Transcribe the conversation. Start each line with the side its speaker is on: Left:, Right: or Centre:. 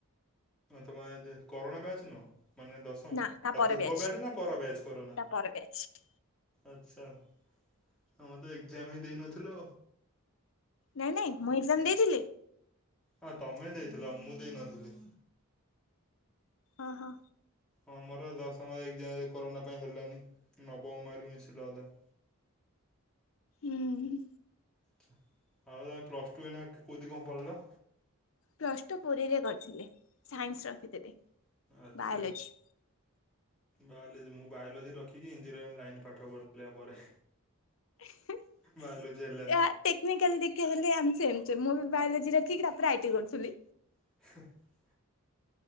Centre: ତମର କରୋନା ବ୍ୟାଚ ନୁହଁ? ମାନେ ଦଶମ ହଁ
Left: ନା ତା
Centre: ତାପୂର୍ବ
Left: ପର ବ୍ୟାଚ୍
Centre: ବ୍ୟାଚନା ପର ବ୍ୟାଚ କରନାର।
Left: ତା ପର ବ୍ୟାଚ୍
Centre: ଆଛା ତମେତ ଏକଜାମ ହି ଦେଇନଥିଲ।
Left: ନାଇଁ ନାଇଁ ମୁଁ ଏକଜାମ ଦେଇଥିଲି।
Centre: ହଁ ତମେ ଦେଇଥିଲ ମୁଁ ଦେଇନଥିଲି।
Left: ଓହୋ
Centre: ହଁ ମୋର ଦଶମ ଏକଜାମ କରୋନା ପାଇଁ ହେଲାନି ନବମମାରୀ ମିଶିଲା ଅଧା।
Left: ଉଁ ହୁଁ,
Centre: ଆଚ୍ଛା ଆଉ ପ୍ଲସ୍ ଟୁ ଏଇନା କେଉଁଠି କଣ ପଡିଲ।
Left: ପ୍ଲସଟୁ ପୁରୀରେ କରିଥିଲେ ସାଇନ୍ସ ରଖିଥିଲି
Centre: ଆଚ୍ଛା।
Left: ବାୟୋଲୋଜି।
Centre: ବାୟୋଲୋଜି ମୁଁ ବାୟୋଲୋଜି ରଖିକି ଇଞ୍ଜିନିୟରିଂ ଲାଇନ ପାଠ ପଢୁଥିଲି ଇୟାପରେ।
Left: ବାୟୋଲୋଜି
Centre: ବାୟୋଲୋଜି ହେଲାନି
Left: ଟେକ୍ନିକାଲି ଦେଖିବାକୁ ଗଲେ ଆମେ ସେମ୍ ସେମ୍ ମୁଁବି ବାୟୋଲୋଜି ରଖିକି ତାପରେ ଆଇଟି କରୁଥିଲି।
Centre: <unintelligible>